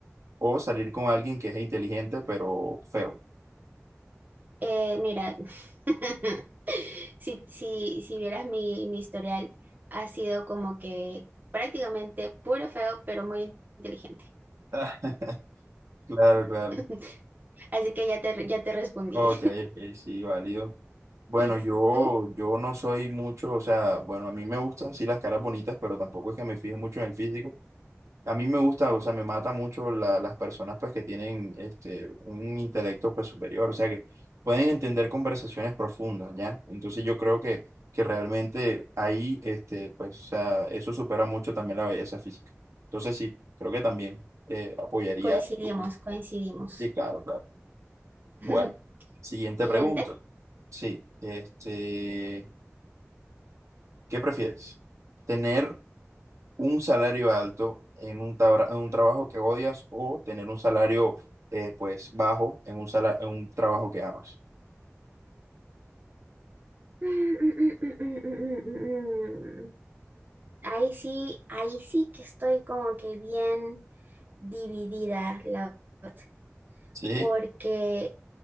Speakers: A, on the right; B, on the right.
A: o salir con alguien que es inteligente pero feo?
B: Eh, mira. <laughs> Si, si, si vieras mi, mi historial, ha sido como que prácticamente puro feo, pero muy inteligente.
A: <laughs> Claro, claro.
B: <laughs> Así que ya te, ya te respondí.
A: Ok, ok, sí, válido. Bueno,
B: <laughs> ¿Y
A: yo,
B: tú?
A: yo no soy mucho, o sea, bueno, a mí me gustan, sí, las caras bonitas, pero tampoco es que me fije mucho en el físico. A mí me gusta, o sea, me mata mucho la- las personas, pues, que tienen, este, un intelecto, pues, superior, o sea, que pueden entender conversaciones profundas, ¿ya? Entonces yo creo que, que realmente ahí, este, pues, o sea, eso supera mucho también la belleza física. Entonces sí, creo que también eh, apoyaría
B: Coincidimos,
A: tu punto.
B: coincidimos.
A: Sí, claro, claro.
B: <laughs>
A: Bueno, siguiente
B: Siguiente.
A: pregunta. Sí, este, ¿qué prefieres? ¿Tener un salario alto en un, tabra- en un trabajo que odias o tener un salario eh, pues bajo en un, sala- en un trabajo que amas?
B: Mm, mm, mm, mm, mm, mm, mm, mm. Ahí sí, ahí sí que estoy como que bien dividida, la verdad,
A: Sí,
B: porque